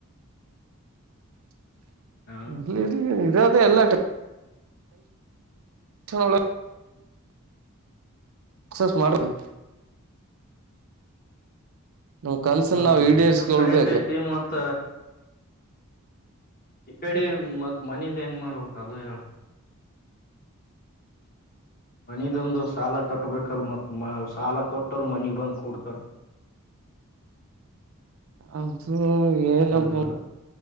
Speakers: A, on the right (about 65°); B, on the left (about 40°).
A: <inaudible>
B: ಹಾ
A: ಎಲ್ಲಾ <unintelligible> <unintelligible> ಸಕ್ಸಸ್ ಮಾಡ್ತನ ನಮ್ ಕನ್ಸನ್
B: ಹಾ
A: ನಾವ್
B: ನಿಮ್ದು
A: ಈಡೇರ್ಸ್ಕೊಳ್ಬೇಕು
B: ಕರೆಕ್ಟ್ ಐತಿ ಮತ್ತ ಈ ಕಡೆ ಮತ್ ಮನಿದ್ ಹೆಂಗ್ ಮಾಡ್ಬೇಕ ಅದ ಹೇಳ ಮನಿಂದ ಒಂದು ಸಾಲ ಕಟ್ಬೇಕಲ್ ಮತ್ ಮಾ ಸಾಲ ಕೊಟ್ಟರು ಮನಿಗ್ ಬಂದ್ ಕೂಡ್ತಾರ
A: ಅದು ಏನಪ್ಪ
B: ಅಲೋ